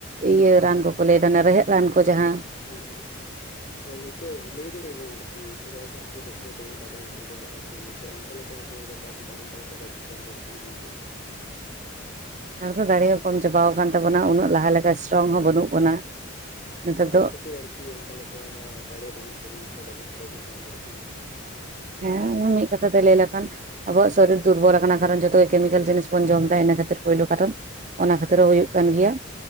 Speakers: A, on the right (about 35°); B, on the left (about 35°).
A: ᱤᱭᱟᱹ ᱨᱟᱱ ᱠᱚᱠᱚ ᱞᱟᱹᱭᱫᱟ ᱚᱱᱮ ᱨᱮᱦᱮᱫ ᱨᱟᱱ ᱠᱚ ᱡᱟᱦᱟᱸᱼᱼ
B: ᱦᱮᱸ ᱦᱮᱸ᱾ ᱛᱟᱦᱚᱞᱮ ᱱᱤᱛᱚᱜ ᱞᱟᱹᱭ ᱫᱟᱲᱮᱭᱟᱹᱧᱟᱢ ᱟᱨᱠᱤ ᱥᱮᱫᱟᱭ ᱫᱚ ᱦᱟᱜ ᱠᱚ ᱞᱟᱹᱭᱮᱫ ᱛᱟᱦᱮᱱᱟ ᱫᱚᱢᱮ ᱫᱟᱠᱟ ᱠᱚᱠᱚᱸ ᱡᱚᱢᱮᱫ ᱠᱟᱱ ᱛᱟᱦᱮᱱᱟ ᱱᱤᱛᱼᱼ ᱛᱚ ᱚᱱᱠᱟ ᱞᱮᱠᱟ ᱟᱵᱚ ᱫᱟᱠᱟ ᱪᱮᱫᱟᱜ ᱚᱱᱠᱟ ᱞᱮᱠᱟ ᱵᱟᱵᱚᱱ ᱡᱚᱢ ᱫᱟᱲᱮᱜ ᱠᱟᱱᱟ ᱢᱮᱱᱛᱮ᱾
A: ᱱᱮᱛᱟᱨ ᱫᱚᱸ ᱫᱟᱲᱮ ᱦᱚ ᱠᱚᱢ ᱪᱟᱵᱟᱣ ᱠᱟᱱ ᱛᱟᱵᱚᱱᱟ ᱩᱱᱟᱹᱜ ᱞᱟᱦᱟᱸ ᱞᱮᱠᱟ ᱥᱴᱨᱚᱝ ᱦᱚᱸ ᱵᱟᱹᱱᱩᱜ ᱵᱚᱱᱟ᱾ ᱱᱮᱛᱟᱨ
B: ᱢᱟᱱᱮ ᱪᱮᱫ
A: ᱫᱚ
B: ᱠᱷᱟᱹᱛᱤᱨ ᱟᱨᱠᱤ ᱚᱱᱠᱟ ᱞᱮᱠᱟ ᱫᱟᱲᱮ ᱵᱟᱹᱱᱩᱜ ᱛᱟᱵᱚᱱᱟ ᱥᱮ ᱫᱟᱠᱟ ᱠᱚ ᱵᱟᱵᱚᱱ ᱡᱚᱢ ᱫᱟᱲᱮᱜ ᱠᱟᱱᱟ᱾
A: ᱦᱮᱸ ᱩᱱᱤ ᱢᱤᱫ ᱠᱟᱛᱷᱟ ᱛᱮ ᱞᱟᱹᱭ ᱞᱮᱠᱷᱟᱱᱼᱼ ᱟᱸᱵᱚᱣᱟᱜ ᱥᱚᱨᱤᱨ ᱫᱩᱨᱵᱚᱞ ᱠᱟᱱᱟ ᱠᱟᱨᱚᱱ ᱡᱚᱛᱚ ᱜᱮ ᱠᱮᱢᱤᱠᱮᱞ ᱡᱤᱱᱤᱥ ᱵᱚᱱ ᱡᱚᱢ ᱫᱟ ᱤᱱᱟᱹ ᱠᱷᱟᱹᱛᱤᱨ ᱯᱳᱭᱞᱳ ᱠᱟᱨᱚᱱ᱾ ᱚᱱᱟ ᱠᱷᱟᱹᱛᱤᱨ ᱦᱚᱸ ᱦᱩᱭᱩᱜ ᱠᱟᱱ ᱜᱮᱭᱟ᱾